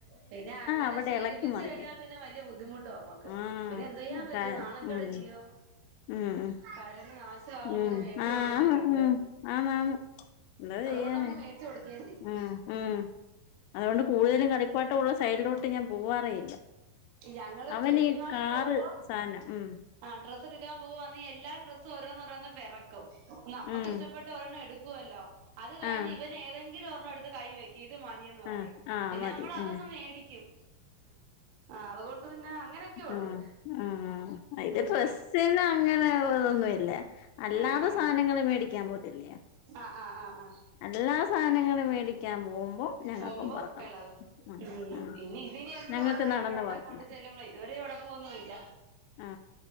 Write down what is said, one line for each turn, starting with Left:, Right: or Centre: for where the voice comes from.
Right: പിന്നെ അങ്ങനെ
Left: അവിടെ
Right: ശീലിപ്പിച്ചു
Left: എളക്കി മറിക്കും
Right: കഴിഞ്ഞാൽ പിന്നെ വലിയ ബുദ്ധിമുട്ടും നമ്മക്ക്
Left: ആഹ്
Right: പിന്നെ എന്തതു ചെയ്യാൻ
Left: അതാ
Right: പറ്റൂ നാണക്കടല്ലയോ
Left: ഉം ഉം
Right: കരണം നാശ ആകുമന്ന
Left: ഉം
Right: മേടിച്ച
Left: ആഹ്
Right: കൊടുക്കത്തില്ല
Left: ആണ്
Right: നമ്മള്
Left: ഉം ആന്നാന്ന് എന്താ
Right: അതുകൊണ്ട്
Left: ചെയ്യാന
Right: നമുക്ക് മേടച്ച്ു കൊടുക്കുക ചെയരിക്കും
Left: ഉം ഉം അതുകൊണ്ട് കൂടുതലും കളിപ്പാട്ടമ ഉള്ള സൈഡിലോട്ട് ഞാൻ പോവാറേയില്ല
Right: ഞങ്ങള്
Left: അവന്
Right: വേബിമാളി
Left: ഈ കാറ്
Right: പോകുമ്പോ
Left: സാനം ഉം
Right: ആ ഡ്ര എടുക്കാൻ പോവുവാന്ന് എല്ലാ ഡ്രസ്സും ഓോ രോന്ന് പിറക്കും നമ്മുക്ക്
Left: ഉം
Right: ഇഷ്ടപ്പെട്ട ഓരോന്ന എടുക്കുവല്ലോ അത് കഴിഞ്
Left: ആഹ്
Right: ഇവ ഏതെങ്കിലും ഒരെണ്ണം എടുത്ത് കൈ വയ്ക്കും ചെയ്ത് മതിയന്ന് പറയും
Left: ആഹ് ആഹ്
Right: പിന്നെ
Left: മതി
Right: നമ്മൾ അതൊന്നങ്
Left: ആഹ്
Right: മേടിക്കും ആ് അതുകൊണ്ട് പിന്നെ അങ്ങനെയൊക്കെ ഉള്ളു
Left: ഉ ആ അത്
Right: ഉം
Left: പ്രസ്
Right: കളി
Left: അങ്ങനെതൊന്നുമല്ല അല്ലാതെ
Right: ആ ആ
Left: സാധനങ്ങൾ മേടിക്കാൻ പോത്തില്ല
Right: ആ ആ ആ ആ ആ
Left: അല്ലാ സാധനങ്ങള്ൾ മേടിക്കാൻ പോക്പ അ ഞങ്ങൾക്കും
Right: പോകുമ്പോ
Left: വളക്കണം
Right: എളകും
Left: ഉ
Right: ഉം
Left: ഉ
Right: ഇനി ഇതിനി എന്തുവാന്നാ
Left: ഞങ്ങൾക്ക് നടന്ന്
Right: ഇനി അവിടെ
Left: വളക്കണം
Right: കൊണ്ട് ചെല്ലുമ്പളെ ഇതുവരെ കുഴപ്പമൊന്നുമില്ല
Left: ആ